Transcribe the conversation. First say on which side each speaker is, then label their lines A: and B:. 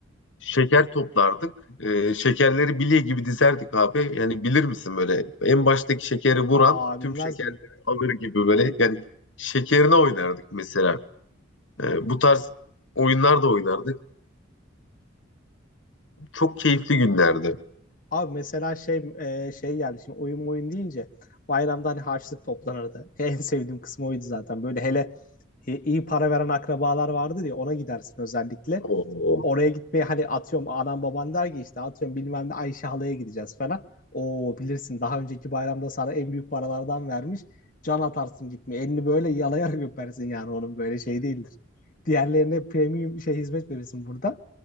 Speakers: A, on the left; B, on the left.
A: Şeker toplardık. Ee, şekerleri bilye gibi dizerdik abi. Yani bilir misin böyle en baştaki şekeri vuran
B: Aa
A: tüm
B: bilmez
A: şekerleri
B: miyim?
A: alır gibi böyle yani şekerine oynardık mesela. Ee, bu tarz oyunlar da oynardık. Çok keyifli günlerdi.
B: Abi mesela şey e, şey geldi şimdi oyun oyun deyince bayramda hani harçlık toplanırdı. <laughs> En sevdiğim kısmı oydu zaten. Böyle hele e, iyi para veren akrabalar vardır ya ona gidersin özellikle.
A: Oo.
B: Oraya gitmeye hani atıyorum anam baban der ki işte atıyorum bilmem ne Ayşe halaya gideceğiz falan. Oo bilirsin daha önceki bayramda sana en büyük paralardan vermiş. Can atarsın gitmeye. Elini böyle yalayarak öpersin yani onun böyle şey değildir. Diğerlerine premium şey hizmet verirsin burada.